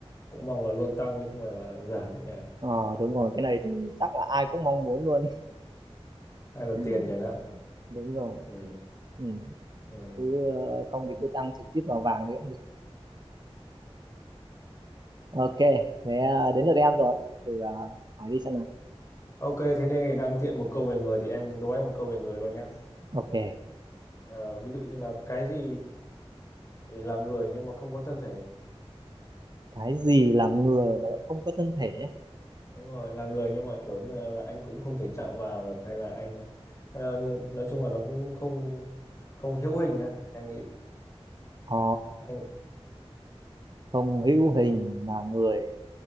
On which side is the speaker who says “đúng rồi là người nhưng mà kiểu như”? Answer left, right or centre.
Left